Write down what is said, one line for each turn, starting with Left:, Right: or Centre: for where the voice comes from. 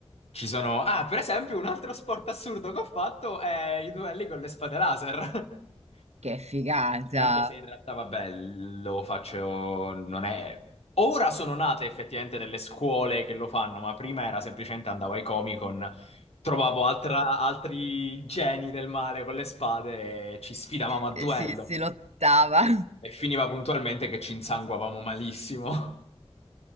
Left: ci sono... Ah, per esempio, un altro sport assurdo che ho fatto è i duelli con le spade laser. <laughs>
Right: Che figata!
Left: Anche se in realtà, vabbè, lo faccio, non è... Ora sono nate effettivamente delle scuole che lo fanno, ma prima era semplicemente andavo ai Comic-Con, trovavo altra- altri geni del male con le spade e ci sfidavamo a
Right: Eh,
Left: duello.
Right: sì, si lottava. <laughs>
Left: E finiva puntualmente che ci insanguavamo malissimo. <laughs>